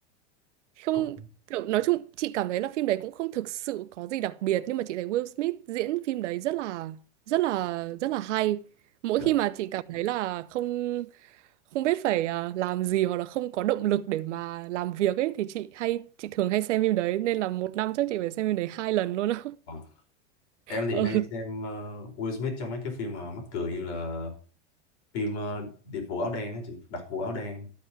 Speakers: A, on the right; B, on the left.
A: không
B: Cũng
A: kiểu nói chung chị cảm thấy là phim đấy cũng không thực sự có gì đặc biệt nhưng mà chị thấy Will Smith diễn phim đấy rất là rất là rất là hay mỗi
B: rồi.
A: khi mà chị cảm thấy là không không biết phải à, làm gì hoặc là không có động lực để mà làm việc ấy thì chị hay chị thường hay xem phim đấy nên là một năm chắc chị phải xem phim đấy hai lần luôn á
B: Ờ. Em
A: <laughs>
B: thì
A: ừ.
B: hay xem ờ, Will Smith trong mấy cái phim mà mắc cười như là phim ờ, Điệp vụ áo đen á chị, đặc vụ áo đen,